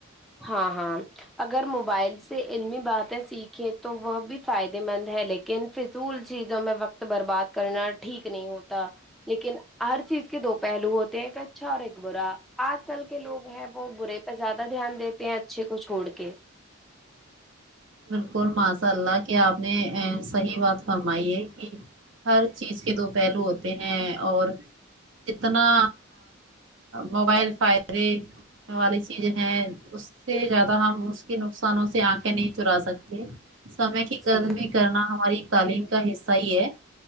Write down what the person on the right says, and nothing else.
بالکل ماساء اللہ کہ آپ نے صحیح بات فرمائی ہے کہ ہر چیز کے دو پہلو ہوتے ہیں اور اتنا موبائل فائے والی چیز ہے اس سے زیادہ ہم اس کے نقصانوں سے آنکھ نہیں چرا سکتے سمے کی قدر
بھی کرنا ہماری تعلیم کا حصہ ہی ہے